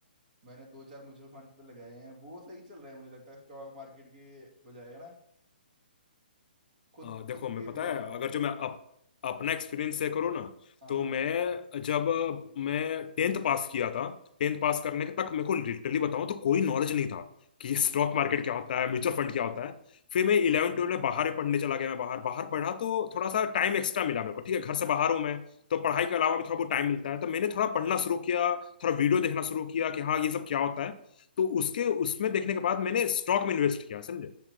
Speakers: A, on the right; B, on the left.
A: मैंने दो चार म्यूचुअल फंड्स पे लगाए हैं वो सही चल रहे हैं मुझे लगता है स्टॉक मार्केट के बजाय है ना खुद
B: अ, देखो
A: खुद
B: मैं
A: के
B: पता
A: बजाय
B: है अगर जो मैं अप, अपना एक्सपीरियंस शेयर करूँ ना
A: हाँ
B: तो
A: हाँ
B: मैं जब मैं टेंथ पास किया था टेंथ पास करने के तक मेरे को लिटरली बताऊं तो कोई नॉलेज नहीं था कि स्टॉक
A: हाँ,
B: मार्केट क्या होता है म्यूचुअल फंड क्या होता है फिर मैं इलेवन ट्वेल्व में बाहर ही पढ़ने चला गया मैं बाहर बाहर पढ़ा तो थोड़ा सा टाइम एक्स्ट्रा मिला मेरे को ठीक है घर से बाहर हूं मैं तो पढ़ाई के अलावा भी थोड़ा बहुत टाइम मिलता है तो मैंने थोड़ा पढ़ना शुरू किया थोड़ा वीडियो देखना शुरू किया कि हाँ ये सब क्या होता है तो उसके उसमें देखने के बाद मैंने स्टॉक में इन्वेस्ट किया समझे